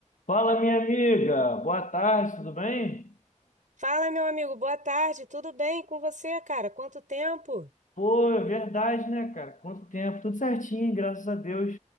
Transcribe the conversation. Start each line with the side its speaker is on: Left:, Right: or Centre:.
Left: Fala, minha amiga. Boa tarde, tudo bem?
Right: Fala, meu amigo, boa tarde, tudo bem com você, cara? Quanto tempo?
Left: Pô, é verdade, né, cara? Quanto tempo? Tudo certinho, graças a Deus.